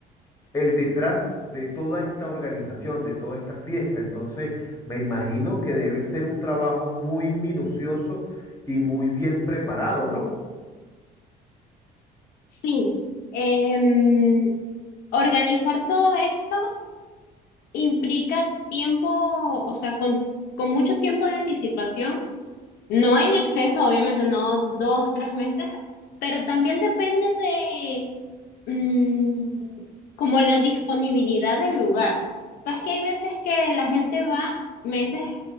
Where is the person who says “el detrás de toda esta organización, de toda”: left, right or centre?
Left